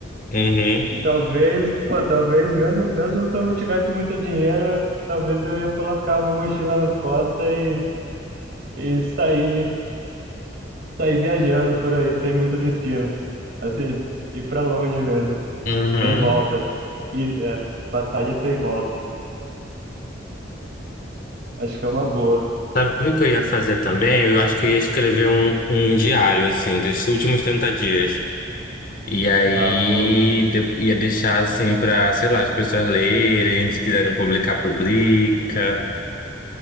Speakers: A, on the left; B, on the right.
A: Uhum.
B: E talvez, pô, talvez, mesmo, mesmo se eu não tivesse muito dinheiro, talvez eu ia colocar uma mochila nas costas e, e sair, sair viajando por aí, sem muito destino. Assim, ir pra longe mesmo,
A: Uhum.
B: sem volta. Ir, é, passagem sem volta. Acho que é uma boa.
A: Sabe o que eu ia fazer também? Eu acho que eu ia escrever um, um diário, assim, dos últimos 30 dias. E aí
B: Ah, boa.
A: de- ia deixar assim para, sei lá, as pessoas lerem, se quiserem publicar, publica.